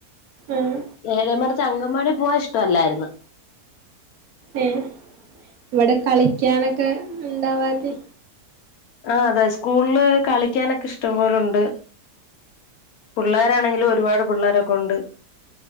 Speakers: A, on the right; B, on the left.
A: ആഹ്
B: ഏലെമടം ക അഗമാടീ പോവാൻ ഇഷ്ട്ടമല്ലാര്ന്ന്
A: ഏ ഇവടെ കളിക്യനൊക്കെ ണ്ടവാതി
B: ആ അതെ സ്കൂൾള് കളിക്കാനൊക്കെ ഇഷ്ടംപോലുണ്ട്. പുള്ളേരാണെങ്കിലും ഒരു പാട് പിള്ളേരൊക്കെ ഒണ്ട്